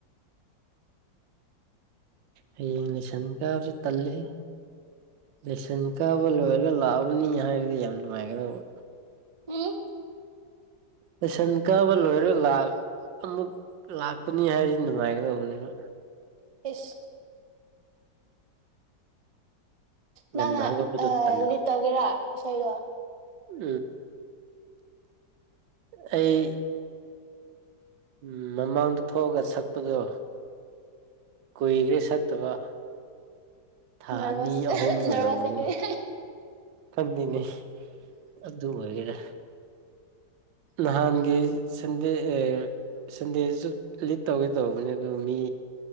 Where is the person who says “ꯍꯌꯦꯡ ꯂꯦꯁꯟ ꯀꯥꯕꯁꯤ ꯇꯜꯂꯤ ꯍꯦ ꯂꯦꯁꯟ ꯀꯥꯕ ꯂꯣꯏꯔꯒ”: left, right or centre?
Right